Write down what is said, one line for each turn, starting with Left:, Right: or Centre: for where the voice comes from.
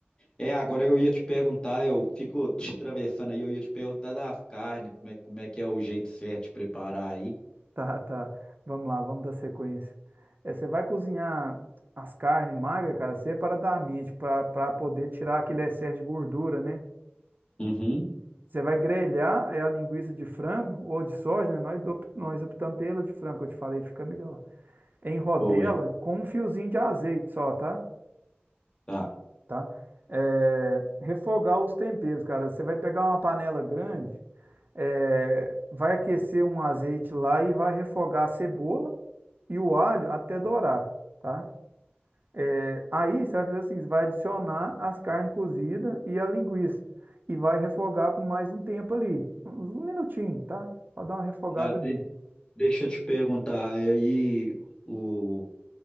Left: É, agora eu ia te perguntar, eu fico te atravessando aí, eu ia te perguntar das carnes, como é, como é que é o jeito certo de preparar aí.
Right: Tá, tá. Vamos lá, vamos dar sequência. É, você vai cozinhar as carnes magras, cara, separadamente, para para poder tirar aquele excesso de gordura, né?
Left: Uhum.
Right: Você vai grelhar é a linguiça de frango ou de soja, né? Nós, op- nós optamos pela de frango, eu te falei, fica melhor. Em rodela
Left: Foi.
Right: com um fiozinho de azeite só, tá?
Left: Tá.
Right: Tá? É, refogar os temperos, cara. Você vai pegar uma panela grande. É, vai aquecer um azeite lá e vai refogar a cebola e o alho até dourar, tá? É, aí você vai fazer o seguinte, vai adicionar as carnes cozidas e a linguiça e vai refogar por mais um tempo ali, uns um minutinho, tá? Para dar uma refogada
Left: Tá, de-
Right: ali.
Left: deixa eu te perguntar, aí o